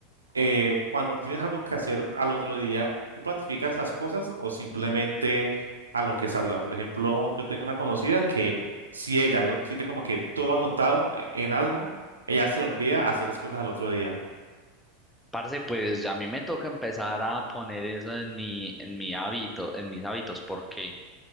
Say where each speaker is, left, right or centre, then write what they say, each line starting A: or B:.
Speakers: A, on the right; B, in the centre.
A: eh, cuando tienes algo que hacer al otro día, ¿tú planificas las cosas o simplemente a lo que salga? Por ejemplo, yo tengo una conocida que si ella no tiene como que todo anotado e- en algo, ella se le olvida hacer las cosas al otro día.
B: Parce, pues a mí me toca empezar a poner eso en mi, en mi hábito, en mis hábitos, porque